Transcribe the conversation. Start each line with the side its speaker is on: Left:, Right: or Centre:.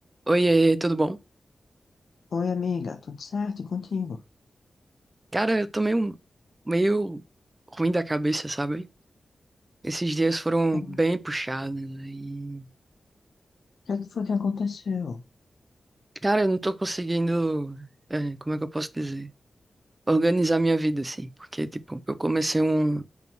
Right: Oiê, tudo bom?
Left: Oi, amiga, tudo certo? E contigo?
Right: Cara, eu tô meio, meio ruim da cabeça, sabe? Esses dias foram
Left: Cara,
Right: bem
Left: O
Right: puxados né? e...
Left: que é que foi que aconteceu?
Right: Cara, eu não tô conseguindo... é, como é que eu posso dizer? Organizar minha vida, assim. Porque, tipo, eu comecei um,